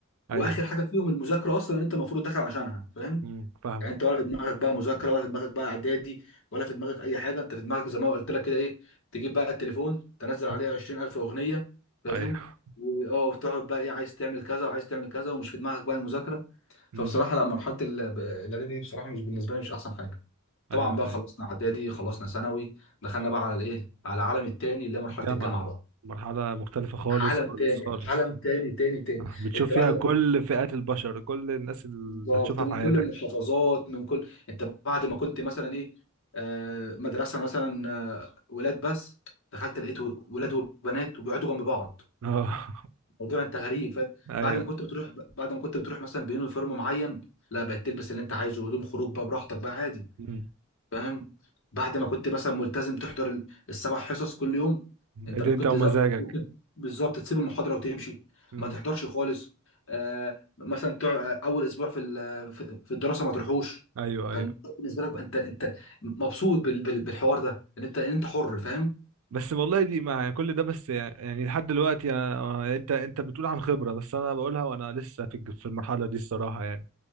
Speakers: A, on the left; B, on the right.
A: واخر
B: أيوه
A: حاجه فيهم المذاكره اصلا ان انت المفروض داخل عشانها فاهم
B: امم فاهمك
A: يعني انت ولا في دماغك بقى مذاكره ولا في دماغك بقى اعدادي ولا في دماغك اي حاجه انت في دماغك زي ما قلت لك كده ايه تجيب بقى التليفون تنزل
B: امم
A: عليه 20000 اغنيه فاهم
B: أيوه
A: واه وتقعد بقى ايه عايز تعمل كذا وعايز تعمل كذا ومش في دماغك بقى المذاكره فبصراحه
B: امم
A: لا مرحله ال- الاعدادي دي بصراحه مش بالنسبه لي مش احسن حاجه طبعا
B: أيوه
A: بقى
B: أيوه
A: خلصنا اعدادي خلصنا ثانوي دخلنا بقى على الايه على العالم التاني اللي هي مرحله
B: جامعة
A: الجامعه بقى
B: مرحلة مختلفة خالص
A: عالم
B: خالص
A: تاني
B: خالص
A: عالم تاني تاني تاني
B: <laughs> آه، بتشوف
A: انت
B: فيها
A: بعد ما
B: كل
A: كنت
B: فئات البشر كل الناس اللي
A: بالظبط
B: هتشوفها
A: من
B: في حياتك
A: كل المحافظات من كل انت بعد ما كنت مثلا ايه آه، مدرسه مثلا آه، ولاد بس دخلت لقيت ولاد وبنات وبيقعدوا جنب بعض
B: اه
A: الموضوع انت غريب فاهم
B: <laughs> ايوه
A: بعد ما كنت بتروح بعد ما كنت بتروح مثلا بيونيفورم معين لا بقت تلبس اللي انت عايزه هدوم خروج بقى براحتك بقى عادي
B: مم.
A: فاهم بعد ما كنت مثلا ملتزم تحضر ال- السبع حصص كل يوم انت
B: إيه
A: ممكن
B: انت ومزاجك
A: تزق ممكن بالظبط تسيب المحاضره وتمشي
B: مم.
A: ما تحضرش خالص آه مثلا تع... اول اسبوع في ال- في في الدراسه ما تروحوش
B: ايوه ايوه
A: فانت بالنسبه لك بقى انت انت مبسوط بال... بال... بالحوار ده ان انت ان انت حر فاهم
B: بس والله دي مع كل ده بس يعني لحد دلوقتي أنا- آه، انت انت بتقول عن خبرة بس انا بقولها وانا لسه في الج- في المرحلة دي الصراحة يعني